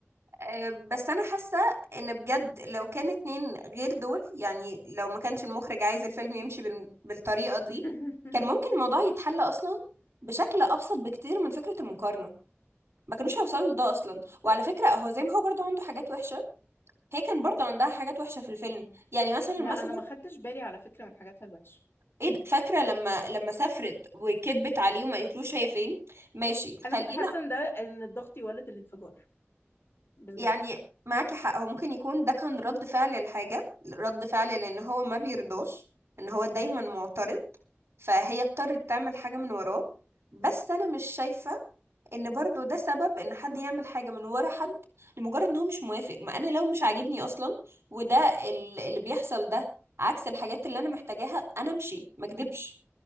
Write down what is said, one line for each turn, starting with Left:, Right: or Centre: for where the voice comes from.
Right: آه، بس انا حاسه ان بجد لو كان اتنين غير دول يعني لو ما كانش المخرج عايز الفيلم يمشي بال- بالطريقه دي
Left: <laughs>
Right: كان ممكن الموضوع يتحل اصلا بشكل ابسط بكتير من فكره المقارنه ما كانوش هيوصلوا لده اصلا وعلى فكره هو زي ما هو برضو عنده حاجات وحشه هي كان برضو عندها حاجات وحشه في الفيلم يعني مثلا
Left: لا
Right: مثلا
Left: أنا ما خدتش بالي على فكرة من حاجاتها الوحشة
Right: ايه ده؟ فاكره لما لما سافرت وكذبت عليه وما قالتلوش هي فين ماشي خلينا
Left: انا كنت حاسه ان ده ان الضغط يولد الانفجار بجد
Right: يعني معاكي حق هو ممكن يكون ده كان رد فعل الحاجة رد فعل لأن هو ما بيرضاش إن هو دايما معترض فهي اضطرت تعمل حاجة من وراه بس أنا مش شايفة إن برضو ده سبب إن حد يعمل حاجة من ورا حد لمجرد إن هو مش موافق ما أنا لو مش عاجبني أصلا وده ال- اللي بيحصل ده عكس الحاجات اللي أنا محتاجاها أنا أمشي ما أكدبش